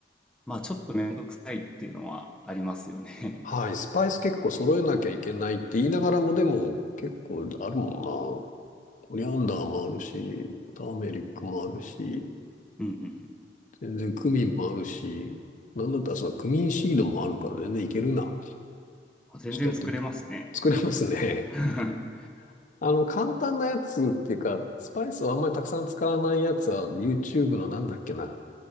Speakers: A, in the centre; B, on the left.
A: まあ、ちょっとめんどくさいっていうのはありますよね。
B: な。はい。スパイス結構揃えなきゃいけないって言いながらも、でも結構あるもんな。コリアンダーもあるし、ターメリックもあるし、
A: <laughs> うん
B: 全然クミンもあるし、なんだったらそのクミンシードもあるから全然いけるな。
A: うん。全然作れますね。
B: ちょっとやってみる。<laughs> 作れますね。
A: <laughs>
B: <laughs> あの、簡単なやつっていうか、スパイスをあんまりたくさん使わないやつは、YouTube のなんだっけな。